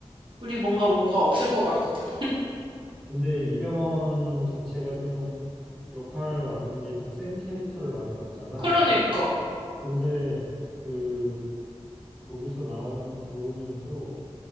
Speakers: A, on the right; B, in the centre.
A: 둘이 뭔가 뭐가 없을 것 같거든.
B: 근데 이병헌 자체가 좀 역할 맡는 게 좀 센 캐릭터를 많이 맡잖아.
A: 그러니까.
B: 근데 그 거기서 나오는 그 조은현도